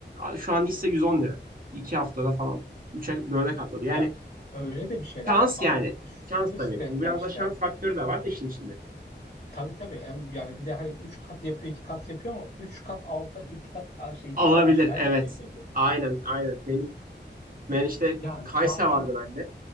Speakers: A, on the right; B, on the left.
A: Şu an hisse 110 lira. 2 haftada falan 3'e dörde katladı. Yani
B: Ya öyle de bir şeyler
A: şans
B: var ama
A: yani.
B: şu
A: Şans
B: risk
A: tabii.
B: de
A: Biraz
B: var işte.
A: da şans faktörü de var da işin içinde.
B: Tabii tabii Em- yani bir de hani 3 kat yapıyor 2 kat yapıyor ama 3 kat alta 3 kat aşağı iki
A: Olabilir
B: kat aşağıya
A: evet.
B: da gidebilirdi.
A: Aynen aynen. Benim ben işte
B: Ya
A: Kayse
B: zaten
A: vardı bende.